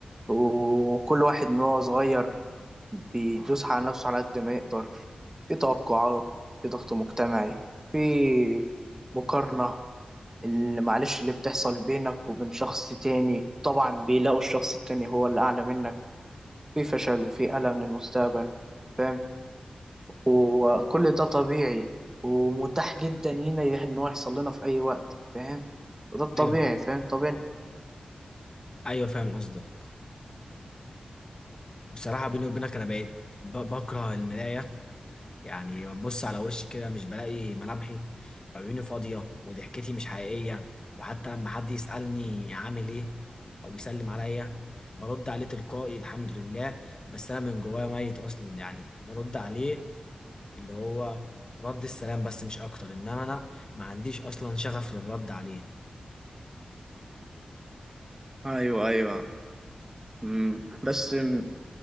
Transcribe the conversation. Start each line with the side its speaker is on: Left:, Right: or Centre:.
Right: وكل واحد من هو صغير بيدوس على نفسه على قد ما يقدر في توقعات في ضغط مجتمعي في مقارنة اللي معلش اللي بتحصل بينك وبين شخص تاني طبعا بيلاقوا الشخص التاني هو اللي أعلى منك في فشل وفي ألم للمستقبل فاهم وكل ده طبيعي ومتاح جدا لينا يح- إن هو يحصل لنا في أي وقت فاهم وده الطبيعي
Left: ايوه
Right: فاهم طبيعي
Left: ايوه فاهم قصدك بصراحه بيني وبينك انا بقيت ب- بكره المرايه يعني ببص على وشي كده مش بلاقي ملامحي عيوني فاضيه وضحكتي مش حقيقيه وحتى لما حد يسالني عامل ايه او يسلم عليا برد عليه تلقائي الحمد لله بس انا من جوايا ميت اصلا يعني برد عليه اللي هو رد السلام بس مش اكتر انما انا ما عنديش اصلا شغف للرد عليه
Right: ايوه ايوه امم بس أم،